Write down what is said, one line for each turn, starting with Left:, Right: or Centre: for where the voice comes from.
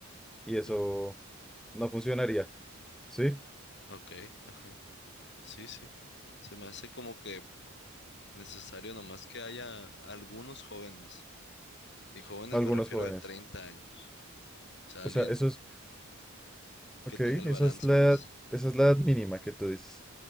Centre: Y eso
Left: Mm,
Centre: no funcionaría, ¿sí?
Left: ok, ajá, sí, sí. Se me hace como que necesario nomás que haya algunos jóvenes, y jóvenes
Centre: Algunos
Left: me refiero
Centre: jóvenes.
Left: de 30 años. O sea, alguien,
Centre: O sea, eso es, ok,
Left: que tenga el
Centre: esa
Left: balance,
Centre: es la
Left: pues.
Centre: edad, esa es la edad mínima que tú dices.